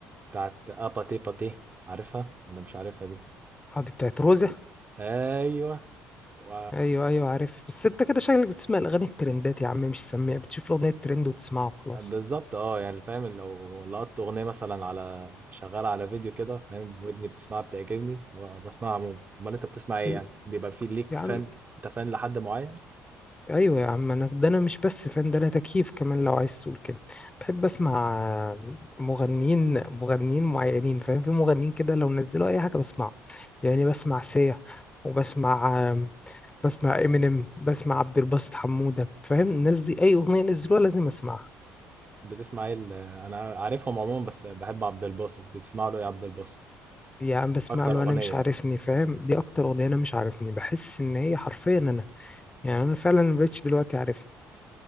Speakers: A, on the right (about 30°); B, on the left (about 20°).
A: بتاعت اباتي باتي عارفها ولا مش عارفها دي
B: اه دي بتاعت روزة
A: ايوه و...
B: ايوه ايوه عارف بس انت كده شكلك بتسمع الاغاني الترندات يا عم مش سميع بتشوف الاغنيه ترند وتسمعها وخلاص
A: بالظبط اه يعني فاهم لو لقطت اغنيه مثلا على شغاله على فيديو كده فاهم ودني بتسمعها بتعجبني فبسمعها عموما امال انت بتسمع ايه
B: ل-
A: يعني بيبقى في ليك
B: يا عم
A: فان انت فان لحد معين
B: ايوه يا عم انا ده انا مش بس فان ده انا تكييف كمان لو عايز تقول كده بحب اسمع مغنيين مغنيين معينين فاهم في مغنيين كده لو نزلوا اي حاجه بسمعه يعني بسمع سيا وبسمع بسمع امينيم بسمع عبد الباسط حموده فاهم الناس دي اي اغنيه نزلوها لازم اسمعها
A: بتسمع ايه ال- انا عارفهم عموما بس بحب عبد الباسط بتسمع له ايه عبد الباسط
B: يا عم بسمع
A: اكتر
B: له
A: اغنيه
B: انا مش عارفني
A: يعني
B: فاهم دي اكتر اغنيه انا مش عارفني بحس ان هي حرفيا انا يعني انا فعلا مبقتش دلوقتي عارفني